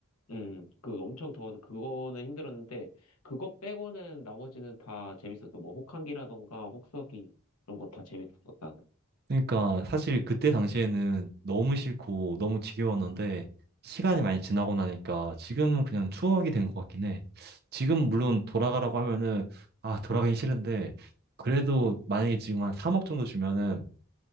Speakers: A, on the left; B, on the right.
A: 음, 그 엄청 더워서 그거는 힘들었는데, 그거 빼고는 나머지는 다 재밌었어. 뭐, 혹한기라던가, 혹서기, 이런 거 다 재밌었어, 나는.
B: 그러니까 사실 그때 당시에는 너무 싫고 너무 지겨웠는데, 시간이 많이 지나고 나니까 지금은 그냥 추억이 된 것 같긴 해. 지금 물론 돌아가라고 하면은, 아, 돌아가긴 싫은데, 그래도 만약에 지금 한 3억 정도 주면은,